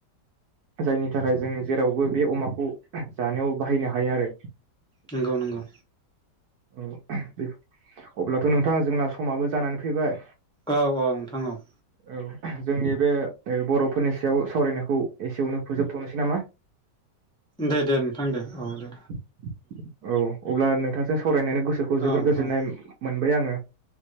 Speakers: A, on the right; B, in the centre.
A: जायनि थाखाय जों जेरावबो बे अमाखौ जानायाव बाहायनो हायो आरो
B: नोंगौ नोंगौ।
A: <unintelligible> औ अब्लाथ' नोंथां जोंना समाबो जानानै फैबाय।
B: औ औ नोंथां औ।
A: औ जोंनि बे ओ बर'फोरनि सायाव सावरायनायखौ एसेयावनो फोजोबथनोसै नामा?
B: दे दे नोंथां
A: <inaudible>
B: दे औ दे
A: औ अब्ला नोंथांजों सावरायनायनि गोसोखौ जोबोर
B: औ
A: गोजोननाय
B: औ।
A: मोनबाय आङो